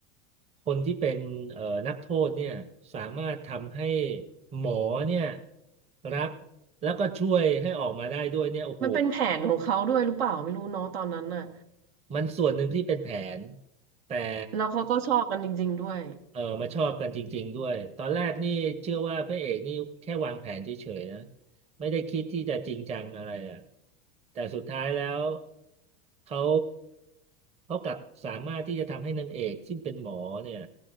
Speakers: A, on the right; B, on the right.
A: คนที่เป็นเอ่อนักโทษเนี่ยสามารถทำให้หมอเนี่ยรับแล้วก็ช่วยให้ออกมาได้ด้วยเนี่ยโอ้โห
B: มันเป็นแผนของเขาด้วยหรือเปล่าไม่รู้เนาะตอนนั้นน่ะ
A: มันส่วนหนึ่งที่เป็นแผนแต่
B: แล้วเขาก็ชอบกันจริงๆด้วย
A: เออมาชอบกันจริงๆด้วยตอนแรกนี่เชื่อว่าพระเอกนี่แค่วางแผนเฉยๆนะไม่ได้คิดที่จะจริงจังอะไรอ่ะแต่สุดท้ายแล้วเขาเขากลับสามารถที่จะทำให้นางเอกซึ่งเป็นหมอเนี่ย